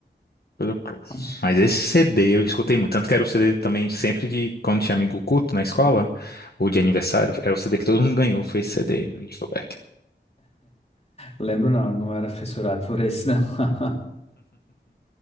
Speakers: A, on the left (about 60°); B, on the left (about 35°).
A: coisa pro-
B: Nossa.
A: Mas esse CD eu escutei muito. Tanto que era o CD também sempre de. Quando tinha amigo culto na escola, ou de aniversário, era o CD que todo mundo ganhou. Foi esse CD do Nickelback.
B: Lembro não, não era fissurado por esse não, <laughs>